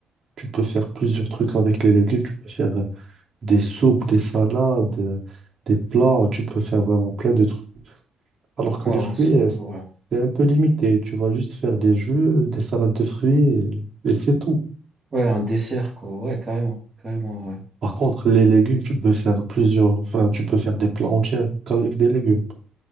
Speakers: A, on the right; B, on the right.
A: Tu peux faire plusieurs trucs avec les légumes. Tu peux faire euh, des soupes, des salades, euh, des plats. Tu peux faire vraiment plein de trucs. Alors que
B: Ouais,
A: les
B: en
A: fruits,
B: soi,
A: euh,
B: ouais.
A: c'est un peu limité. Tu vas juste faire des jus, des salades de fruits, et et c'est tout.
B: Ouais, un dessert, quoi. Ouais, carrément. Carrément, ouais.
A: Par contre, les légumes, tu peux faire plusieurs, enfin, tu peux faire des plats entiers avec des légumes.